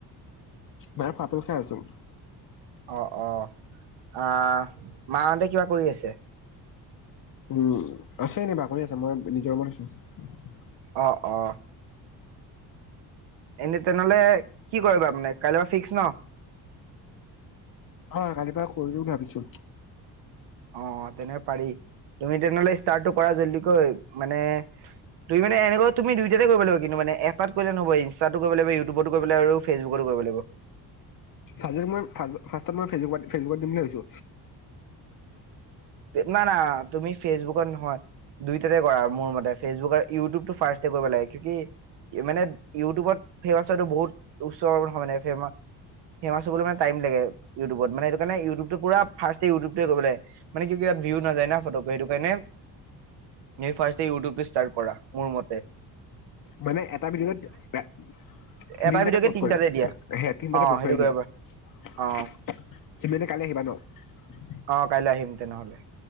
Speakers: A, on the left; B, on the right.
A: মাই ফটো চাই আছো।
B: অহ অহ। আঁহ, মাহঁতে কিবা কৰি আছে?
A: উম আছে এনে বাগৰি আছে, মই নিজৰ ৰোমত আছো।
B: অ অ এনে তেনেহলে কি কৰিবা মানে, কাইলৈ পৰা ফিক্স ন?
A: হয়, কালিৰ পৰা কৰি দিওঁ ভাবিছো।
B: অ তেনে পাৰি, তুমি তেনেহলে ষ্টাৰতটো কৰা জল্ডিকৈ, মানে, তুমিমানে এনেকৈ তুমি দুইতাতে কৰিব লাগিব কিন্তু মানে, এটাত কৰিলে নহব, ইনষ্টাটো কৰিব লাগিব, ইউটোবটো কৰিব লাগিব আৰু ফেচবুকতো কৰিব লাগিব।
A: খালি মই ফাচ বা ফাষ্টটাইম মই ফেচবুকত ফেচবুকত দিম বুলি ভাবিছো।
B: না না তুমি ফেচবুকত নহয়, দুইটাতে কৰা আৰু মোৰ মতে ফেচবুক ইউটিউব টো ফাৰ্ষ্ট তেপিব লাগে, কিউকি মানে ইউটিউবত ফেমাচ হোৱাটো বহুত উচ্চৰ নহব মানে, ফেমা ফেমাচ হবলৈ মানে টাইম লাগে ইউটিউবত, মানে সেইটোকাণে ইউটিউবটো পুৰা ফাৰ্ষ্ট এ ইউটিউৱটোৱে কৰিব লাগে। মানে কিউকি ইয়াত ভিউ নাযায় না ফটকে, সেইটো কাৰণে ফাৰ্ষ্টএ ইউটিউবটো ষ্টাৰ্ট কৰা, মোৰ মতে।
A: মানে এটা ভিতৰত এ
B: এটা
A: তিনটাতে
B: ভিডিঅ'কে
A: পষ্ট
B: তিনিটাতে
A: কৰিম,
B: দিয়া
A: হে তিনটাতে
B: অ
A: পষ্ট
B: সেইটো
A: কৰি
B: কৰিব
A: দিয়া,
B: পাৰা অ
A: তুমি এনে কাইলৈ আহিবা ন?
B: অ কাইলৈ আহিম তেনেহ'লে